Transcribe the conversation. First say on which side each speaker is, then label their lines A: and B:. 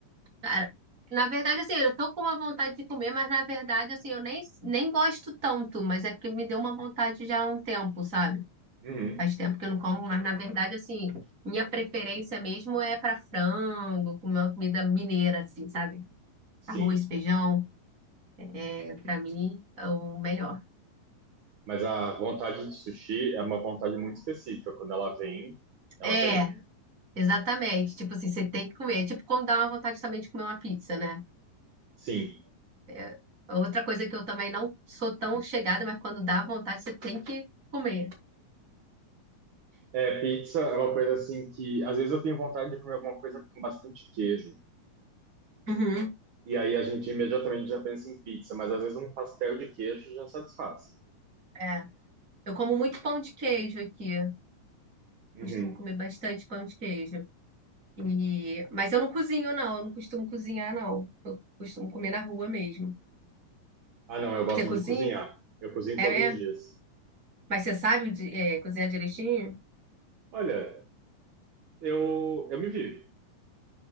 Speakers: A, on the right; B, on the right.
A: cara, na verdade, assim, eu tô com uma vontade de comer, mas na verdade, assim, eu nem, nem gosto tanto, mas é porque me deu uma vontade já há um tempo, sabe?
B: Uhum,
A: Faz tempo que eu não como, mas na verdade, assim, minha preferência mesmo é pra frango, comer uma comida mineira, assim, sabe?
B: sim,
A: Arroz, feijão, é, pra mim, é o melhor.
B: mas a vontade de sushi é uma vontade muito específica. Quando ela vem, ela
A: É,
B: vem.
A: exatamente. Tipo assim, você tem que comer. É tipo quando dá uma vontade também de comer uma pizza, né?
B: Sim,
A: É, Outra coisa que eu também não sou tão chegada, mas quando dá vontade, você tem que comer.
B: é, pizza é uma coisa assim que às vezes eu tenho vontade de comer alguma coisa com bastante queijo.
A: Uhum.
B: E aí a gente imediatamente já pensa em pizza, mas às vezes um pastel de queijo já satisfaz.
A: É. Eu como muito pão de queijo aqui.
B: Uhum.
A: Costumo comer bastante pão de queijo. E... Mas eu não cozinho, não. Eu não costumo cozinhar, não. Eu costumo comer na rua mesmo.
B: Ah, não, eu gosto
A: Você cozinha?
B: de cozinhar. Eu cozinho
A: É
B: todos
A: mesmo?
B: os dias.
A: Mas você sabe de- é, cozinhar direitinho?
B: Olha, eu, eu me vivo.